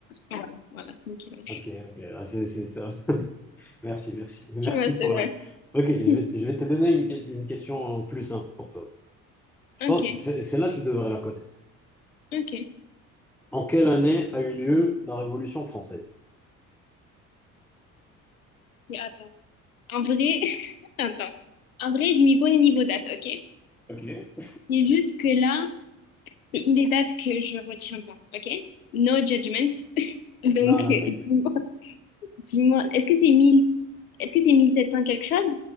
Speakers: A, on the left (about 75°); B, in the centre.
A: Voilà, voilà, c'est Michel-Ange.
B: Ok,
A: <laughs>
B: ok, ah, c'est c'est ça. <laughs> Merci, merci. Merci
A: Tu vois
B: pour
A: c'est vrai.
B: la... Ok, je
A: <laughs>
B: vais, je vais te donner une, que- une question plus simple pour toi. Je
A: Ok,
B: pense que c'est c'est là que tu devrais la connaître.
A: ok.
B: En quelle année a eu lieu la Révolution française?
A: Mais attends. En vrai, <laughs> attends. En vrai, je m'y connais niveau date, ok?
B: Ok.
A: C'est juste que là, il y a des dates que je retiens pas, ok? No judgment. Donc,
B: Non, non,
A: euh,
B: t'inquiète.
A: Dis-moi, est-ce que c'est mille, est-ce que c'est 1700 quelque chose?